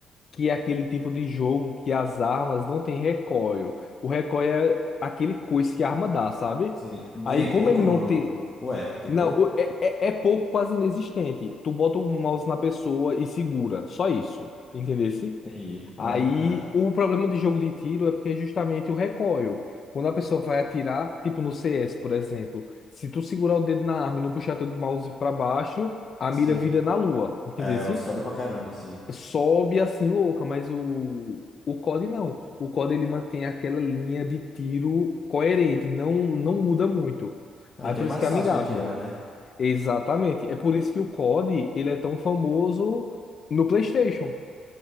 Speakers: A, on the left (about 50°); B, on the left (about 25°).
A: que é aquele tipo de jogo que as armas não têm recoil. O recoil é aquele coice que a arma dá, sabe?
B: Sim. E
A: Aí,
B: Tem
A: como
B: pouco
A: ele
B: no,
A: não
B: no...
A: tem.
B: Ué, tem
A: Não,
B: pouco?
A: o- é, é, é pouco, quase inexistente. Tu bota o mouse na pessoa e segura, só isso. Entendesse?
B: Entendi. Ah,
A: Aí, o problema de jogo de tiro é porque é justamente o recoil. Quando a pessoa vai atirar, tipo no CS, por exemplo, se tu segurar o dedo na arma e não puxar teu mouse pra baixo, a
B: sim.
A: mira vira na lua, entendeu?
B: É, sobe pra caramba, sim.
A: sobe assim louca, mas o, o COD não. O COD ele mantém aquela linha de tiro coerente, não, não muda muito.
B: Ah,
A: Aí
B: então
A: por
B: é mais
A: isso que é
B: fácil
A: amigável.
B: de atirar, né?
A: Exatamente. É por isso que o COD ele é tão famoso no PlayStation,